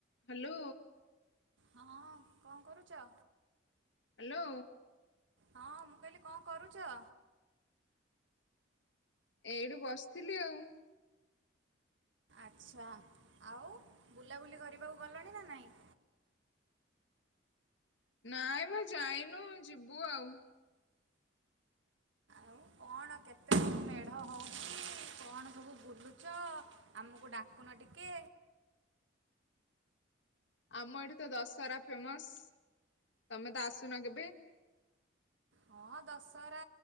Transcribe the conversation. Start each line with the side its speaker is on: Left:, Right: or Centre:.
Left: ହ୍ୟାଲୋ।
Right: ହଁ କଣ କରୁଚ।
Left: ହ୍ୟାଲୋ।
Right: ହଁ ମୁଁ କହିଲି କଣ କରୁଚ।
Left: ଏଇଠି ବସିଥିଲି ଆଉ।
Right: ଆଚ୍ଛା ଆଉ ବୁଲାବୁଲି କରିବାକୁ ଗଲଣି ନା ନାଇଁ?
Left: ନାଇଁ ମ ଯାଇନୁ ଯିବୁ ଆଉ।
Right: ଆଉ କଣ କେତେ ସବୁ ମେଢ ହଉଚି କଣ ସବୁ ବୁଲୁଚ ଆମକୁ ଡାକୁନ ଟିକେ
Left: ଆମ ଏଠି ତ ଦଶହରା ଫେମସ ତମେ ତ ଆସୁନ କେବେ।
Right: ହଁ ଦଶହରା